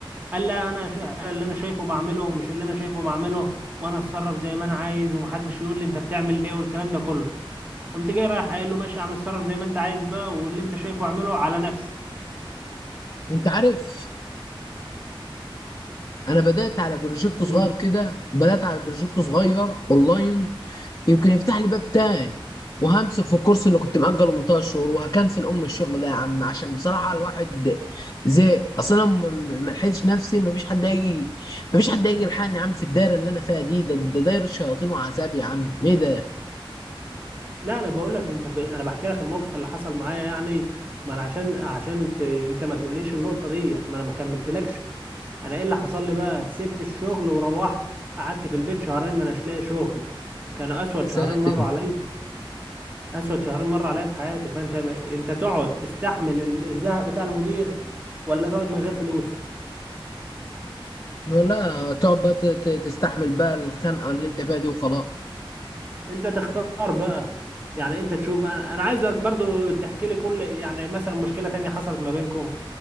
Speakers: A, on the right; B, on the left.
A: قال لا انا شا... اللي انا شايفه بعمله مش اللي انا شايفه بعمله وانا اتصرف زي ما انا عايز ومحدش يقول لي انت بتعمل ايه والكلام ده كله قمت جاي رايح قايل له ماشي يا عم اتصرف زي ما انت عايز بقى واللي انت شايفه اعمله على نفسك
B: انت عارف انا بدات على بروجكت
A: امم
B: صغير كده بدات على بروجكت صغير اونلاين يمكن يفتح لي باب تاني وهمسك في الكورس اللي كنت مأجله من 3 شهور وهكنسل ام الشغل ده يا عم عشان بصراحه الواحد زهق اصلا ما ما لحقتش نفسي ما فيش حد هيجي ما فيش حد هيجي يلحقني يا عم في الدايره اللي انا فيها دي ده ده دايره شياطين وعذاب يا عم ايه ده
A: لا انا بقول لك انت في... انا بحكي لك الموقف اللي حصل معايا يعني ما انا عشان عشان ت... انت ما تقوليش النقطه ديت ما انا ما كملتلكش انا ايه اللي حصل لي بقى سبت الشغل وروحت قعدت في البيت شهرين ما اناش لاقي شغل كان اسود
B: يا ساتر
A: شهرين مروا عليا اسود شهرين مر عليا في حياتي فانت انت تقعد تستحمل ال- الزهق بتاع المدير ولا تقعد من غير فلوس
B: لا تقعد بقى ت- ت- تستحمل بقى الخنقه اللي انت فيها دي وخلاص
A: انت تختار بقى يعني انت تشوف انا انا عايزك برضو تحكي لي كل يعني مثلا مشكلة تانية حصلت ما بينكم